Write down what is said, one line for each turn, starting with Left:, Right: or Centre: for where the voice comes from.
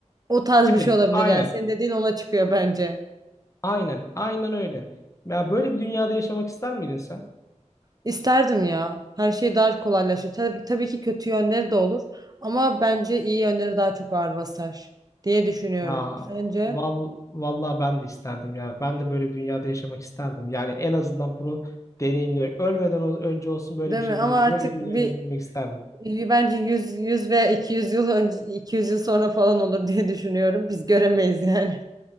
Right: O tarz
Left: gibi
Right: bir şey olabilir
Left: aynen
Right: yani senin dediğin ona çıkıyor bence.
Left: aynen aynen öyle. Ya böyle bir dünyada yaşamak ister miydin sen?
Right: İsterdim ya. Her şey daha kolaylaşır. Tabii, tabii ki kötü yönleri de olur ama bence iyi yönleri daha çok ağır basar diye düşünüyorum.
Left: Ya
Right: Sence?
Left: val, vallahi ben de isterdim ya. Ben de böyle bir dünyada yaşamak isterdim. Yani en azından bunu deneyimlemek. Ölmeden o- önce olsun böyle
Right: Değil
Left: bir şey
Right: mi? Ama
Left: değil.
Right: artık
Left: Böyle bir dünyayı
Right: bir
Left: deneyimlemek isterdim.
Right: bir Bence yüz 100 veya 200 yıl önce 200 yıl sonra falan olur diye düşünüyorum. Biz göremeyiz yani.